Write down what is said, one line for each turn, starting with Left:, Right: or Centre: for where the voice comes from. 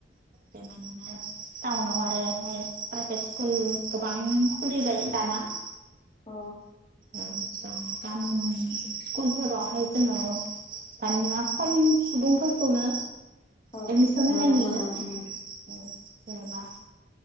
Right: बेबायदिनो टाउनाव आरोहाय प्राइभेट स्कुल गोबां खुलिबाय दाना। <inaudible>
Left: अ।
Right: <unintelligible> गामि स्कुलफोरावहाय जोङो दानिया खम सुबुंफोरखौनो
Left: औ
Right: एडमिसन
Left: नुनो
Right: होनाय नुयो
Left: मोनो
Right: औ।
Left: उम
Right: जेनेबा